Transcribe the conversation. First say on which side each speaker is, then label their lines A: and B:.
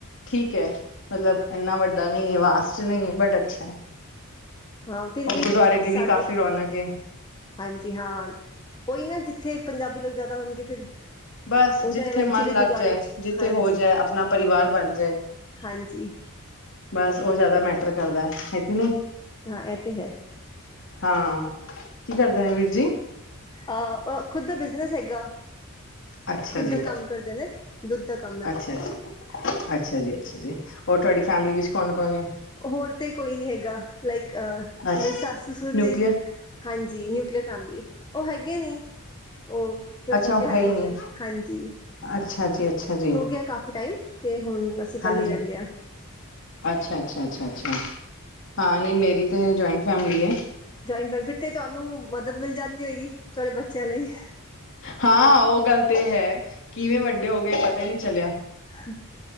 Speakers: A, on the left (about 60°); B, on the left (about 20°).
A: ਠੀਕ ਹੈ। ਮਤਲਬ ਇਨਾ ਵੱਡਾ ਨਹੀਂ ਹੈ। ਵਾਸ ਚ ਨਹੀਂ ਹੈ ਬਟ ਅੱਛਾ।
B: ਹਾਂ। ਫਿਰ ਵੀ
A: ਔਰ ਗੁਰਦੁਆਰੇ ਦੀ
B: ਸਾਡੇ
A: ਵੀ ਕਾਫ਼ੀ ਰੌਣਕ ਹੈ
B: ਹਾਂਜੀ। ਹਾਂ, ਉਹੀ ਨਾ ਜ ਇੱਥੇ ਪੰਜਾਬੀ ਲੋਕ ਜ਼ਿਆਦਾ ਹੋਣਗੇ। ਫਿਰ
A: ਬਸ
B: ਉਥੇ
A: ਜਿੱਥੇ
B: ਇਵੈਂਚੁਲੀ
A: ਮਨ ਲੱਗ
B: ਗੁਰਦੁਆਰੇ
A: ਜਾਏ।
B: ਚ
A: ਜਿੱਥੇ
B: ਹਾਂਜੀ
A: ਹੋ ਜਾਏ, ਆਪਣਾ ਪਰਿਵਾਰ ਬਣ ਜਾਏ।
B: ਹਾਂਜੀ।
A: ਬਸ ਉਹ ਜ਼ਿਆਦਾ ਮੈਟਰ ਕਰਦਾ। ਹੈਗੀ ਨਹੀਂ।
B: ਹਾਂ। ਇਹ ਤੇ ਹੈ।
A: ਹਾਂ, ਕੀ ਕਰਦੇ ਨੇ ਵੀਰ ਜੀ।
B: ਅਹ ਖੁਦ ਦਾ ਬਿਜਨਸ ਹੈਗਾ।
A: ਅੱਛਾ
B: ਖੁਦ
A: ਜੀ।
B: ਦਾ ਕੰਮ ਕਰਦੇ ਨੇ ਦੁੱਧ ਦਾ ਕੰਮ ਹੈ
A: ਅੱਛਾ- ਅੱਛਾ- ਅੱਛਾ ਜੀ। ਅੱਛਾ ਜੀ। ਹੋਰ ਤੁਹਾਡੀ ਫੈਮਿਲੀ ਵਿੱਚ ਕੌਣ ਕੌਣ ਏ
B: ਹੋਰ ਤੇ ਕੋਈ ਨੀ ਹੈਗਾ। ਲਾਈਕ ਅਹ
A: ਅੱਛਾ
B: ਸੱਸ- ਸੁਰ
A: ਨਿਊਕਲੀਅਰ
B: ਜੀ ਹਾਂਜੀ। ਨਿਊਕਲੀਅਰ ਫੈਮਲੀ ਉਹ ਹੈਗੇ ਨੀ। ਉਹ ਸਭ
A: ਅੱਛਾ
B: ਨੂੰ
A: ਉਹ
B: ਪਿਆਰੇ
A: ਹੈ ਹੀ
B: ਹੋ
A: ਨਹੀਂ
B: ਗਏ। ਹਾਂਜੀ।
A: ਅੱਛਾ ਜੀ ਅੱਛਾ ਜੀ
B: ਹੋ ਗਿਆ ਕਾਫੀ ਟਾਈਮ ਤੇ ਹੁਣ ਅਸੀਂ ਇਕੱਲੇ
A: ਹਾਂਜੀ
B: ਰਹਿੰਦੇ ਆ।
A: ਅੱਛਾ- ਅੱਛਾ- ਅੱਛਾ- ਅੱਛਾ ਹਾਂ। ਨਹੀਂ ਮੇਰੀ ਤੇ ਜੋਇੰਟ ਫੈਮਲੀ ਹੈ।
B: ਜੋਇੰਟ ਬੈਫਿਟ ਤੇ ਤੁਹਾਨੂੰ ਮਦਦ ਮਿਲ ਜਾਂਦੀ ਹੋਏਗੀ। ਤੁਹਾਡੇ ਬੱਚਿਆਂ ਲਈ
A: ਹਾਂ, ਉਹ ਗੱਲ ਤੇ ਹੈ। ਕਿਵੇਂ ਵੱਡੇ ਹੋ ਗਏ ਪਤਾ ਹੀ ਨਹੀ ਚਲੀਆਂ?
B: ਹਾਂ